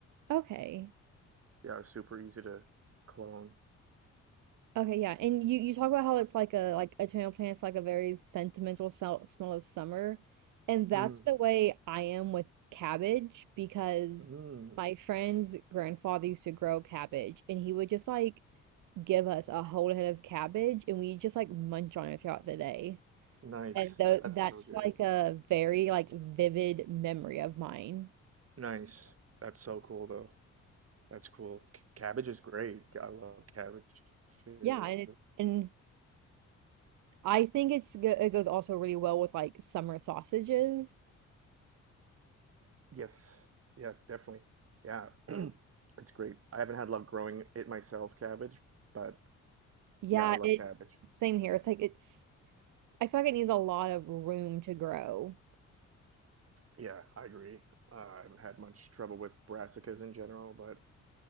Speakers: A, on the right; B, on the right.
A: Okay.
B: yeah, it's super easy to clone.
A: Okay, yeah. And you you talk about how it's like a like a tomato plant's like a very sentimental smell smell of summer. And that's
B: Mm,
A: the way I am with cabbage because
B: mm,
A: my friend's grandfather used to grow cabbage and he would just like give us a whole head of cabbage and we just like munch on it throughout the day.
B: nice.
A: And though
B: That's
A: that's
B: so good.
A: like a very like vivid memory of mine.
B: Nice. That's so cool, though. That's cool. C- Cabbage is great. I love cabbage too.
A: Yeah, and it and I think it's go it goes also really well with like summer sausages.
B: Yes. Yeah, definitely. Yeah. <clears throat> It's great. I haven't had luck growing it myself, cabbage, but
A: Yeah,
B: yeah, I love
A: it
B: cabbage.
A: same here. It's like it's I feel like it needs a lot of room to grow.
B: Yeah, I agree. Uh, I haven't had much trouble with brassicas in general, but